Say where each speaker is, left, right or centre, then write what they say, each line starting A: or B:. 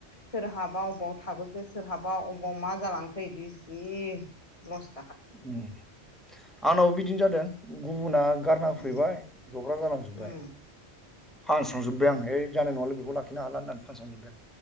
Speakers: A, on the left; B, in the centre.
A: सोरहाबा अबाव थाबोखो सोरहाबा अबावाव मा जालांखो इदि जि ल'स्
B: उम आंनावबो बिदिनो जादों गुबुना गारना
A: उम
B: होफैबाय जब्राब जालांजोबबाय
A: उम
B: फानस्रांजोबबाय आं। ओइ जानाय नङालै बेखौ लाखिनो हाला होननानै फानस्रांजोब